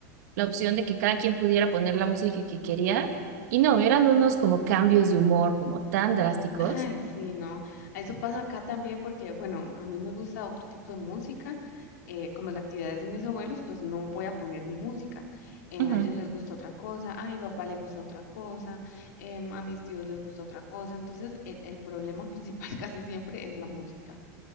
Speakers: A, on the right; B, on the left.
A: la opción de que cada quien pudiera poner la música que quería, y no, eran unos como cambios de humor como tan drásticos.
B: Ay, sí, no. Eso pasa acá también porque, bueno, a mí me gusta otro tipo de música. eh, como la actividad es de mis abuelos, pues no voy a poner mi música. Eh,
A: Ujú,
B: a ellos les gusta otra cosa, a mi papá le gusta otra cosa, em, a mis tíos les gusta otra cosa. Entonces, el, el problema principal <laughs> casi siempre es la música.